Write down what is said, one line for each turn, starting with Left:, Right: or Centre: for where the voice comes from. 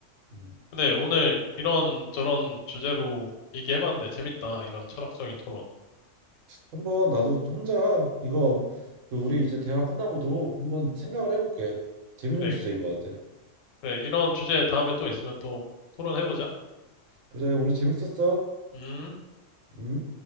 Right: 음.
Left: 근데 오늘 이런 저런 주제로 얘기해봤는데 재밌다. 이런 철학적인 토론.
Right: 한번 나도 혼자 이거 그 우리 이제 대화 끝나고도 한번 생각을 해볼게. 재밌는
Left: 그래,
Right: 주제인 것 같아.
Left: 그래. 이런 주제 다음에 또 있으면 또 토론해보자.
Right: 그래, 오늘 재밌었어.
Left: 음.
Right: 음.